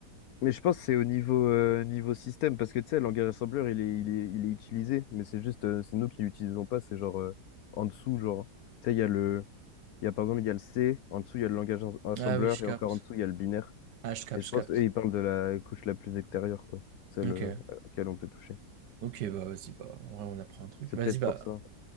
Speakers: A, on the left; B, on the right.
A: Mais je pense que c'est au niveau, euh, niveau système, parce que tu sais, le langage assembleur, il est, il est, il est utilisé, mais c'est juste, euh, c'est nous qui l'utilisons pas, c'est genre euh, en dessous, genre, tu sais, il y a le, il y a par exemple, il y a le C, en dessous, il y a le langage as- assembleur,
B: Ah oui, je
A: et
B: capte.
A: encore en dessous, il y a le binaire.
B: Ah, je capte,
A: Et je
B: je
A: pense
B: capte.
A: eux, ils parlent de la couche la plus extérieure, quoi, celle
B: Ok,
A: euh, à laquelle on peut toucher.
B: ok, bah vas-y, bah, en vrai, on apprend un truc.
A: C'est
B: Vas-y,
A: peut-être
B: bah,
A: pour ça.